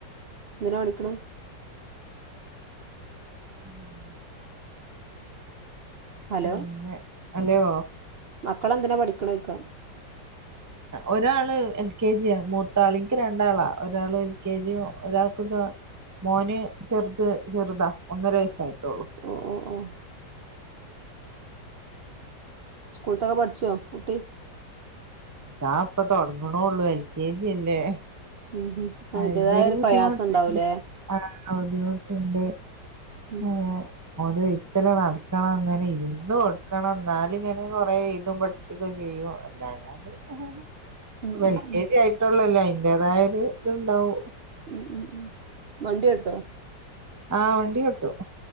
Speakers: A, on the right; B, on the right.
A: എന്തിനാ പഠിക്ക്ണ്?
B: ഉം
A: ഹലോ
B: പിന്നെ ഹലോ
A: മക്കളെന്തിനാ പഠിക്ക്ണൊയ്ക്ക
B: ഒരാള് എൽ കെ ജിയാ മൂത്താള് ഇൻക്ക് രണ്ടാളാ ഒരാള് എൽ കെ ജിയും ഒരാൾക്ക്താ മോന് ചെർത് ചെർതാ ഒന്നര വയസ്സായിട്ടൊള്ളു
A: ഓഹ് ഓഹ് ഓഹ് സ്കൂൾത്തൊക്കെ പഠ്ച്ചോ കുട്ടി?
B: ഇതാപ്പൊ തൊടങ്ങ്ണൊള്ളു, എൽ കെ ജി അല്ലേ?
A: ഉം ഉം അതിന്റേതായ
B: അയ്ൻ്റൊരു
A: ഒരു
B: ബുദ്ധിമുട്ട്ണ്ട്
A: പ്രയാസം ഉണ്ടാവൂലേ
B: ആഹ് ബുദ്ധിമുട്ട്ണ്ട്
A: ഉം
B: ഏഹ് ഓൻ്റെ വെയ്ത്തലെ നട് ക്കണം ഇങ്ങനെ ഇര്ന്ന് കൊട്ക്കണം ന്നാല്ങ്ങനെ കൊറേ എയ്തും പഠിക്കൊക്കെ ചെയ്യും അല്ലാഞ്ഞാല് ഇപ്പൊ
A: ഉം ഉം
B: എൽ
A: ഉം
B: കെ ജി ആയിട്ടൊള്ളല്ലൊ അയിന്റേതായ ഒര് ത്ണ്ടാവും
A: ഉം ഉം ഉം വണ്ടി ഓട്ടോ?
B: ആഹ് വണ്ടി ഓട്ടും